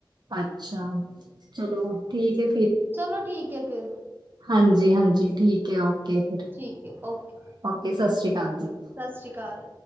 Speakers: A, on the right; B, on the right.
A: ਅੱਛਾ, ਚਲੋ ਠੀਕ ਹੈ
B: ਚਲੋ ਠੀਕ ਹੈ ਫਿਰ।
A: ਹਾਂਜੀ-ਹਾਂਜੀ ਠੀਕ ਹੈ, ਓਕੇ ਫਿਰ।
B: ਠੀਕ ਹੈ ਓਕੇ।
A: ਓਕੇ ਸਤਿ ਸ਼੍ਰੀ ਅਕਾਲ ਜੀ।
B: ਸਸ ਸ੍ਰੀ ਕਾਲ।